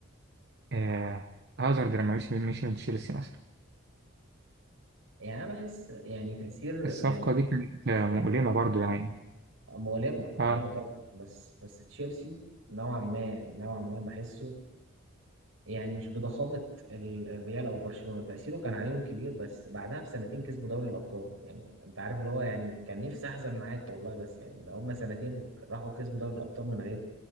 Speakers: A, on the right (about 50°); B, on the right (about 75°).
A: آه هازارد لما مشي مشي من تشيلسي مثلا
B: يعني انا بحس يعني تأثير
A: الصفقة
B: يعني
A: دي كانت آه، مؤلمة برضو يعني
B: مؤلمة مؤلمة
A: اه
B: طبعا بس بس تشيلسي نوعا ما يعني نوعا ما بحسه يعني مش بضخامة ال- الريال او برشلونة تأثيره كان عليهم كبير بس بعدها بسنتين كسبوا دوري الابطال يعني انت عارف اللي هو يعني كان نفسي احزن معاك والله بس يعني ده هم سنتين وراحوا كسبوا دوري الابطال من غيره